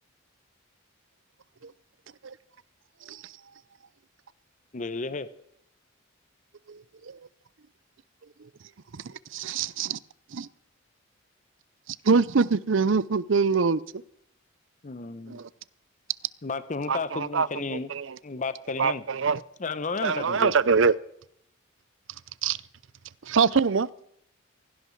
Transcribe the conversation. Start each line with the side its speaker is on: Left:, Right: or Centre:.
Right: <inaudible>
Left: बझली ही
Right: <inaudible> तऽ किछ एना सब चलि रहल छै
Left: हूँ
Right: बकी हनक
Left: बाँकी हुनका
Right: सबनि
Left: से कनि
Right: बात
Left: करिहन
Right: कह
Left: एहन गाँवे
Right: <unintelligible>
Left: मे छथिन रे
Right: छथि सासुरमे <unintelligible>